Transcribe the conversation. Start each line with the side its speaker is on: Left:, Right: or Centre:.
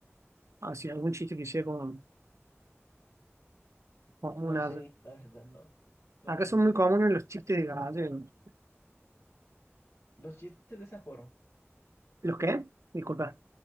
Right: Así, algún chiste que sea como, como
Left: no
Right: una-
Left: sé, la verdad, no. No,
Right: Acá
Left: no
Right: son muy
Left: sé.
Right: comunes los chistes de gallegos.
Left: Los chistes de esa forma.
Right: ¿Los qué? Disculpa.